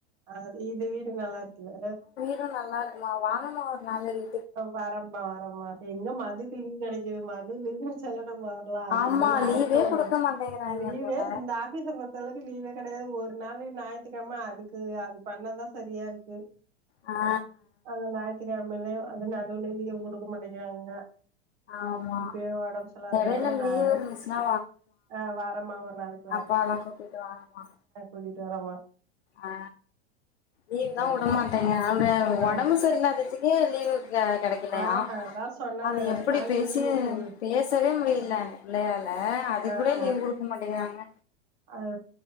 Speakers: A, on the right; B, on the left.
A: அ இது வீடு நல்லாருக்குல
B: ம் நல்லா இருக்குமா வாங்கமா ஒரு நாள்ளரி
A: வரம்மா வரம்மா எங்க மதுக்கு லீவு கெடைக்குது மது லிவு சலனம் வர ஒ அது
B: ஆமா
A: இங்க ஞாயித்துக்கழம
B: லீவே குடுக்க
A: ஒ
B: மாட்டேங்கிறாங்க
A: லீவே
B: போல
A: இல்ல இந்த ஆபீஸ் பொறுத் தளவுக்கு லீவே கடையாது ஒரு நாள்ளு ஞாயித்துக்கழம இருக்கு அது பண்ணாதா சரியா இருக்கு
B: ஆ
A: ஆனா ஞாயித்துக்கழமையிலயு அது நடுவுலயு லீவு குடுக்க மாட்டேங்கறாங்க
B: ஆமா
A: இப்டே ஒடம்பு சல்லாதனால
B: எடையில
A: நானு
B: லீவ் இருந்துச்சுன்னா
A: ஆ வரமா ஒரு நாளைக்
B: அப்பாவல்லா கூப்டிட்டு வாங்கமா
A: கூட்டிட்டு வரமா
B: ஆ லீவு தா
A: சரிங்க
B: உடமாட்டீங்க அந்த
A: ஆ
B: ஒடம்பு சரியில்லடச்சு <unintelligible> லீவு க கடை க்கலயா
A: ஆ அதா சொன்னாரு
B: அது
A: ரெண்டு
B: எப்படி
A: நாள்
B: பேசி
A: லீவு குடு
B: பேசவே முடில பிள்ளையால அதுக்கூட
A: ஆ
B: லீவு குடுக்க மாட்டேங்கறாங்க
A: அது